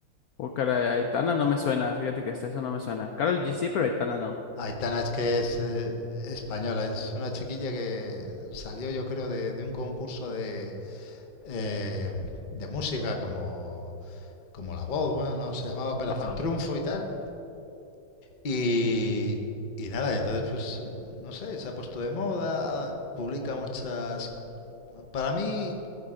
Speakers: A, on the left (about 80°); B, on the left (about 50°).
A: Oh, caray, Aitana no me suena, fíjate que hasta eso no me suena. Karol G sí, pero Aitana no.
B: Aitana es que es eh, española, es una chiquilla que salió yo creo de, de un concurso de, eh, de música como, como La Voz, bueno, no, se llamaba Operación
A: Ajá.
B: Triunfo y tal. Y, y nada, y entonces pues eh, no sé, se ha puesto de moda, publica muchas... Para mí